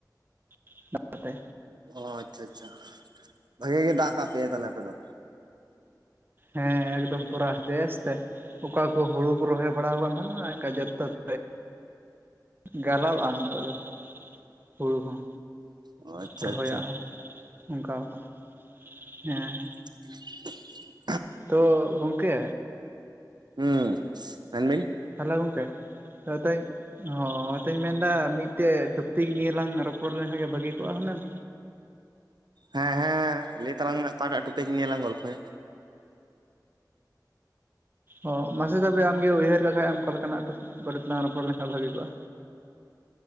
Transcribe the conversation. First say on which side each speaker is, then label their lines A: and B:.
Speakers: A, on the right; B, on the right.
A: <inaudible>
B: ᱚ ᱟᱪᱪᱷᱟ, ᱟᱪᱪᱷᱟ᱾ ᱵᱷᱟᱜᱤ ᱜᱮ ᱫᱟᱜ ᱠᱟᱜ ᱯᱮᱭᱟ ᱛᱟᱦᱚᱞᱮ ᱟᱯᱮ ᱫᱚ᱾
A: ᱦᱮᱸ ᱮᱠᱫᱚᱢ ᱯᱚᱨᱟ ᱵᱮᱥ ᱛᱮ ᱾ ᱚᱠᱟ ᱠᱚ ᱦᱳᱲᱩ ᱠᱚ ᱨᱚᱦᱚᱭ ᱵᱟᱲᱟ ᱟᱠᱟᱱ ᱛᱟᱸᱦᱮᱱᱟ ᱡᱚᱛᱚ <inaudible> ᱜᱟᱞᱟᱣᱼᱟ ᱱᱤᱛᱚᱜ ᱫᱚ ᱦᱩᱰᱩ ᱦᱚᱸ᱾
B: ᱚ ᱟᱪᱪᱷᱟ
A: ᱨᱚᱦᱚᱭᱟᱜ
B: ᱟᱪᱪᱷᱟ
A: ᱦᱚᱸ ᱚᱝᱠᱟ ᱟᱠᱟᱱᱟ᱾ ᱦᱮᱸ ᱾
B: <inaudible>
A: ᱛᱚ ᱜᱚᱝᱠᱮ
B: ᱦᱩᱸ ᱢᱮᱱ ᱵᱤᱱ
A: ᱦᱮᱞᱳ ᱜᱚᱝᱠᱮ <unintelligible> ᱦᱚᱸ ᱢᱮᱱ ᱫᱟᱹᱧ ᱢᱤᱫᱴᱮᱡ ᱴᱚᱯᱤᱠ ᱱᱤᱭᱟᱹ ᱞᱟᱝ ᱨᱚᱯᱚᱲ ᱞᱮᱱᱠᱷᱟᱱ ᱜᱮ ᱵᱷᱟᱹᱜᱤ ᱠᱚᱜᱼᱟ ᱦᱩᱱᱟᱹᱝ᱾
B: ᱦᱮᱸ, ᱦᱮᱸ, ᱦᱮᱸ ᱞᱟ. ᱭ ᱛᱟᱞᱟᱝ ᱢᱮ ᱚᱠᱟᱴᱟᱜ ᱴᱚᱯᱤᱠ ᱱᱤᱭᱟᱹ ᱞᱟᱝ ᱜᱚᱞᱯᱚᱭᱟ?
A: ᱚ ᱢᱟᱥᱮ ᱛᱚᱵᱮ ᱟᱢᱜᱮ ᱩᱭᱦᱟᱹᱨ ᱞᱮᱠᱷᱟ ᱮᱢ ᱚᱠᱟ ᱞᱮᱠᱟᱱᱟᱜ ᱴᱚᱯᱤᱠ ᱵᱟᱨᱮ ᱛᱮᱞᱟᱝ ᱨᱚᱯᱚᱲ ᱞᱮᱱᱷᱟᱱ ᱵᱷᱟᱜᱤ ᱠᱚᱜᱼᱟ᱾